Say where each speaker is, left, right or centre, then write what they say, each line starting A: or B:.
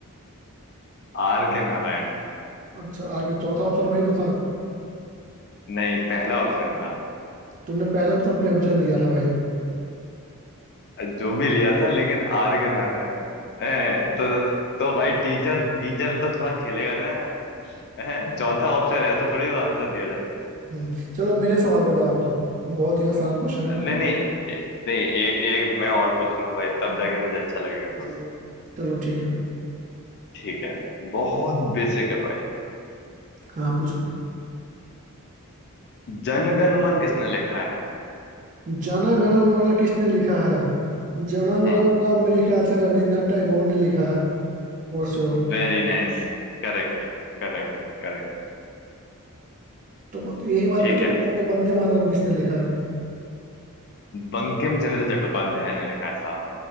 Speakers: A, on the left; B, on the right.
A: आर के नारायण है साहब।
B: अच्छा आगे चौथा ऑप्शन वही तो था
A: नहीं पहला ऑप्शन था
B: तुमने पहला ऑप्शन प्रेमचंद लिया था भाई
A: जो भी लिया था लेकिन आर के नारायण है हैं? तो तो भाई टीचर टीचर तो थोड़ा खेलेगा ना यार हैं? चौथा ऑप्शन ऐसा थोड़ी आंसर दिया जाता है
B: हम्म, चलो मेरे सवाल का जवाब दो बहुत ही आसान क्वेश्चन है
A: नहीं नहीं ए- नहीं एक एक मैं और पूछूंगा भाई तब जाके मुझे अच्छा लगेगा
B: हम्म,
A: थोड़ा
B: चलो ठीक है
A: ठीक है बहुत बेसिक है भाई
B: हाँ पूछो
A: जनगण मन किसने लिखा है
B: जना गण मना किसने लिखा है जना
A: Hmm
B: गण मना मेरे ख्याल से रविन्द्रनाथ टैगोर ने लिखा है For sure
A: Very nice Correct correct correct
B: तो ब- यही बात
A: ठीक
B: पे तुम
A: है
B: बता दो वंदे मातरम किसने लिखा है
A: बंकिम चंद्र चट्टोपाध्याय ने लिखा है साहब